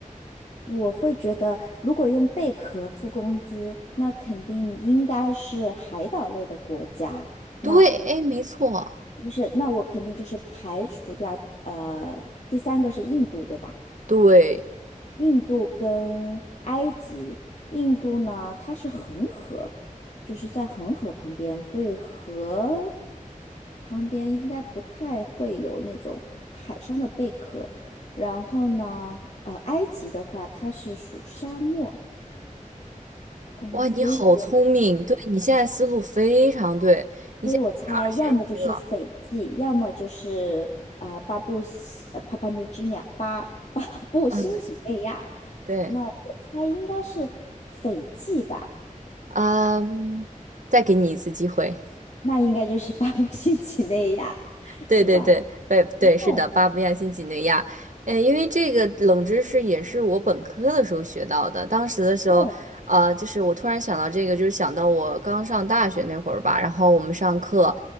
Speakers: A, on the left; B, on the right.
A: 我会觉得，如果用贝壳付工资，那肯定应该是海岛类的国家。那
B: 对，哎，没错，
A: 是不是，那我肯定就是排除掉，呃，第三个是印度，对吧？
B: 对，
A: 印度跟埃及，印度呢它是恒河，就是在恒河旁边，所以河旁边应该不太会有那种海上的贝壳。然后呢，呃，埃及的话它是属沙漠，嗯、
B: 哇，
A: 所以我
B: 你好聪明，对你现在思路非常对，
A: 所以我猜要么就是斐济，
B: 二选一了，
A: 要么就是呃巴布西呃帕帕 p u a 巴 <laughs> 巴布新几内亚。
B: 嗯，对对，
A: 那我猜应该是斐济吧。
B: 嗯，再给你一次机会，
A: 那应该就是巴布新几内亚，
B: <laughs> 对对对，
A: 是吗？
B: 对对，是的，
A: 哦
B: 巴布亚新几内亚，哎，因为这个冷知识也是我本科的时候学到的，当时的时候，
A: 哦
B: 呃，就是我突然想到这个，就是想到我刚上大学那会儿吧，然后我们上课，